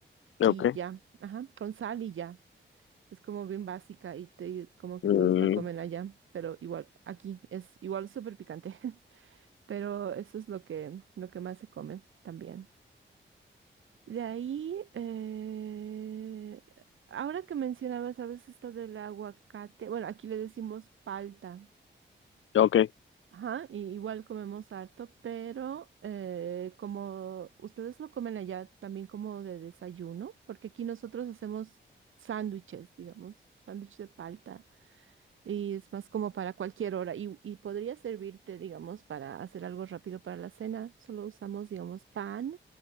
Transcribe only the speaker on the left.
Ok.
Mm,
ok.